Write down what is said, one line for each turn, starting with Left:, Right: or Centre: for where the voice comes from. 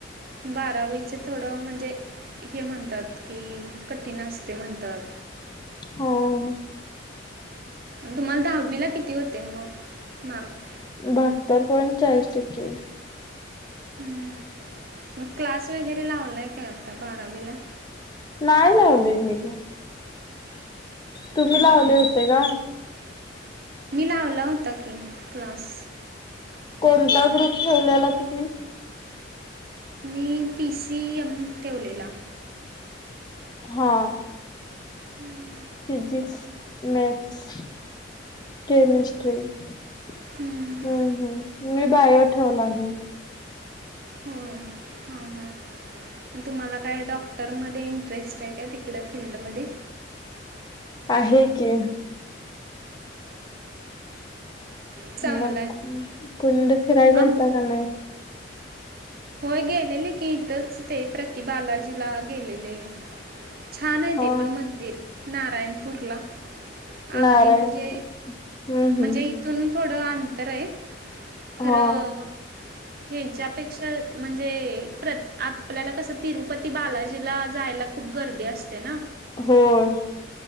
Right: बारावीच थोडं म्हणजे हे म्हणतात की कठीणस्ते म्हणतात
Left: हो
Right: तुम्हाला दहावीला किती होते मग? मार्क
Left: बहात्तर पॉइंट चाळीस टके
Right: हम्म मग क्लास वगैरे लावलाय का आता बारावीला?
Left: नाही लावले मी. तुम्ही
Right: हं.
Left: लावले होते का?
Right: मी लावला होता की क्लास
Left: कोणता
Right: साय
Left: ग्रुप ठेवलेला तुम्ही?
Right: मी पी सी एम ठेवलेला
Left: हा
Right: हम्म
Left: फिजिक्स, मॅथस केमिस्ट्री हम्म
Right: हं.
Left: हम् म बायो ठेवला आहे
Right: होय ह, ह तुम्हाला काय डॉक्टरमध्ये इंटरेस्ट आहे का? त इकड्या फिल्डमध्ये?
Left: आहे की
Right: चांगलं
Left: मग
Right: आहे
Left: कुणीकड फिराय गेलता
Right: आम
Left: का नाही?
Right: होय गेलेले की, इथंच ते प्रतिबालाजीला गेलेले छान आहे
Left: हा
Right: ते पण मंदिर नारायणपूरला अगदी
Left: नारायण
Right: म्हणजे,
Left: हम्म हम्म
Right: म्हणजे इथून थोडं अंतर आहे खरं
Left: हा
Right: ह्याच्यापेक्षा ते प्रत आपल्याला कसं तिरुपती बालाजीला जायला खूप गर्दी असते ना?
Left: होय